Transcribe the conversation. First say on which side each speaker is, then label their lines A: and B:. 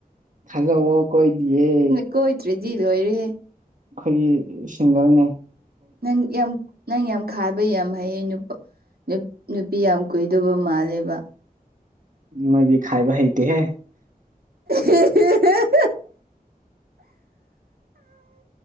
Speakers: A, on the right; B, on the right.
A: ꯊꯖ ꯋꯥ ꯀꯣꯏꯗꯌꯦ
B: ꯀꯣꯏꯗ꯭ꯔꯦꯗꯤꯖꯤ ꯂꯣꯏꯔꯦ
A: ꯑꯩꯈꯣꯏꯒꯤ ꯁꯤꯡꯒꯔꯅꯦ
B: ꯅ ꯌꯥꯝ ꯅꯪ ꯌꯥꯝ ꯈꯥꯕ ꯌꯥꯝ ꯍꯩꯌꯦ ꯅꯨꯄꯥ ꯅꯨꯄꯤ ꯌꯥꯝ ꯀꯨꯏꯗꯧꯕ ꯃꯥꯜꯂꯦꯕ
A: ꯅꯣꯏꯗꯤ ꯈꯥꯏꯕ ꯍꯩꯇꯦꯍꯦ
B: ꯍ ꯍ